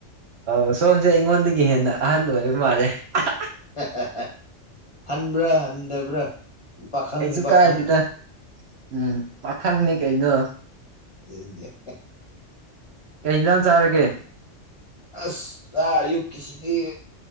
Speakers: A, on the right (about 65°); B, on the left (about 30°).
A: ꯑ ꯁꯣꯝꯁꯦ ꯑꯩꯉꯣꯟꯗꯒꯤ ꯍꯦꯟꯅ ꯑꯍꯟ ꯑꯣꯏꯕ ꯃꯥꯜꯂꯦ ꯑꯍꯥ
B: ꯍꯦꯍꯦ ꯍꯟꯕ꯭ꯔꯥ ꯍꯟꯗꯕ꯭ꯔꯥ ꯄꯥꯈꯪꯅꯤ
A: ꯀꯩꯁꯨ
B: ꯄꯥꯈꯪ
A: ꯀꯥꯏꯗꯦꯗ ꯎꯝ ꯄꯥꯈꯪꯅꯦ ꯀꯩꯅꯣ
B: ꯑꯗꯨꯗꯤ ꯍꯦꯍꯦ
A: ꯀꯩ ꯏꯟꯖꯥꯡ ꯆꯥꯔꯒꯦ
B: ꯑꯁ ꯂ ꯑꯌꯨꯛꯀꯤꯁꯤꯗꯤ